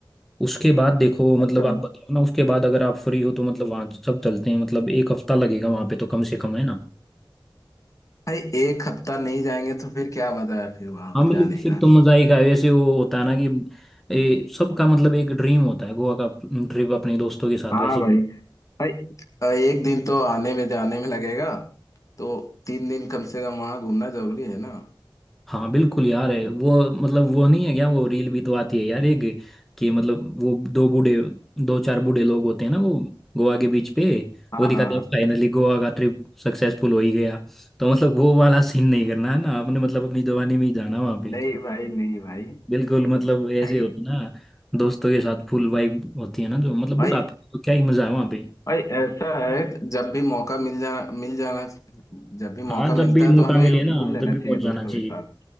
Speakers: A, in the centre; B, on the left (about 40°).
A: उसके बाद देखो मतलब
B: अच्छा।
A: आप बताओ ना उसके बाद अगर आप फ्री हो तो मतलब वहाँ तो सब चलते हैं मतलब एक हफ्ता लगेगा वहाँ पे तो कम से कम है ना
B: भाई एक हफ्ता नहीं जाएंगे तो फिर क्या मजा है फिर वहां
A: हाँ मतलब
B: जाने
A: फिर
B: का
A: तो मज़ा ही का वैसे वो होता है ना कि ये सबका मतलब एक ड्रीम होता है गोवा का ट्रिप अपने दोस्तों के साथ
B: हाँ
A: वैसे
B: भाई भाई आ, एक दिन तो आने में जाने में लगेगा तो तीन दिन कम से कम वहां घूमना जरूरी है ना
A: हाँ बिल्कुल यार है वो मतलब वो नहीं है क्या वो रील भी तो आती है यार एक कि मतलब वो दो बूढ़े दो चार बूढ़े लोग होते हैं ना वो गोवा के बीच पे
B: हाँ
A: वो दिखाते
B: हाँ
A: हैं फाइनली गोवा का ट्रिप सक्सेसफुल हो ही गया तो मतलब वो वाला सीन नहीं करना है ना आपने मतलब अपनी जवानी में ही जाना वहाँ पे
B: नहीं भाई नहीं भाई
A: बिल्कुल मतलब ऐसे
B: भाई
A: होता है ना दोस्तों के साथ फुल वाइब होती है ना जो मतलब बुढ़ापे
B: भाई
A: में तो क्या ही मजा है वहाँ पे
B: भाई ऐसा है जब भी मौका मिल जा मिल जाना जब भी
A: हाँ
B: मौका
A: जब
B: मिलता
A: भी
B: है तो
A: मौका
B: हमें
A: मिले
B: घूम
A: ना
B: लेना
A: तब भी
B: चाहिए
A: पहुंच जाना
B: दोस्तों
A: चाहिए
B: के साथ